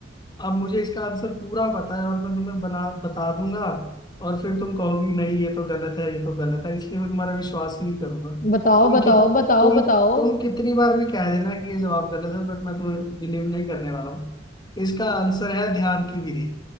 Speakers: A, on the left (about 20°); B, on the left (about 40°).
A: अब मुझे इसका आंसर पूरा पता है और मैं तुम्हें बना बता दूंगा और फिर तुम कहोगी नहीं ये तो गलत है ये तो गलत है इसलिए मैं तुम्हारा विश्वास ही नहीं करूंगा
B: बताओ
A: तुम
B: बताओ
A: कित
B: बताओ
A: तुम
B: बताओ
A: तुम कितनी बार भी कह देना कि ये जवाब गलत है बट मैं तुम्हें बिलीव नहीं करने वाला हूँ इसका आंसर है ध्यान की विधि